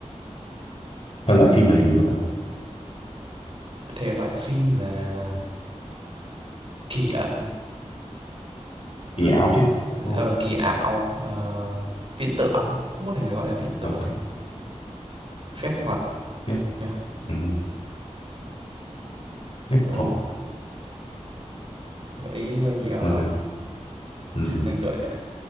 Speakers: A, on the left (about 50°); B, on the right (about 50°).
A: thể loại phim là gì đó
B: Thể loại phim là kỳ ẩn,
A: dạo chứ đúng
B: ờ, kỳ ảo, ờ, viễn tưởng. Cũng có thể gọi là viễn tưởng,
A: ok
B: phép thuật
A: tiếp
B: nha.
A: ừ. phép
B: Ồ,
A: thuật
B: gợi ý hơi nhiều
A: ok
B: đó.
A: ừ. ừ.
B: Gợi